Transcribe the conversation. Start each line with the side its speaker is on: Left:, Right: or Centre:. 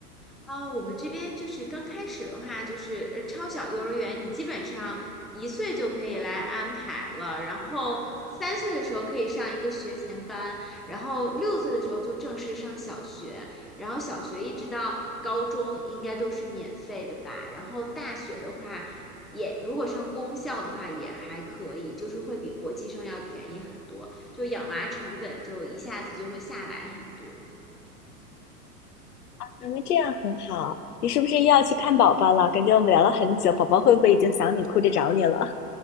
Centre: 啊，我们这边就是刚开始的话，就是呃超小幼儿园，你基本上一岁就可以来安排了，然后三岁的时候可以上一个学前班，然后六岁的时候就正式上小学，然后小学一直到高中应该都是免费的吧，然后大学的话也如果上公校的话也还可以，就是会比国际生要便宜很多，就养娃成本就一下子就会下来很多。
Left: 啊，那这样很好。你是不是又要去看宝宝了？感觉我们聊了很久，宝宝会不会已经想你，哭着找你了？